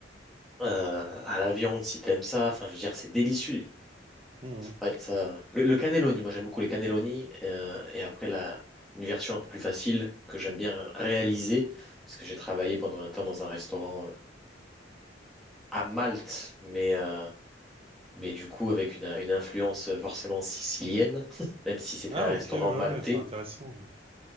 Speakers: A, in the centre; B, on the right.
A: euh, à la viande si t'aimes ça. Enfin, je veux dire, c'est délicieux.
B: Mmh mh.
A: Ouais, ça... le, le cannelloni, moi j'aime beaucoup les cannelloni. euh, et après, la, une version un peu plus facile que j'aime bien réaliser, parce que j'ai travaillé pendant un temps dans un restaurant euh, à Malte, mais, euh, mais du coup avec une, une influence forcément sicilienne, <laughs> même si c'était
B: Ah
A: un restaurant
B: OK, ouais, ouais,
A: maltais,
B: c'est intéressant, ouais.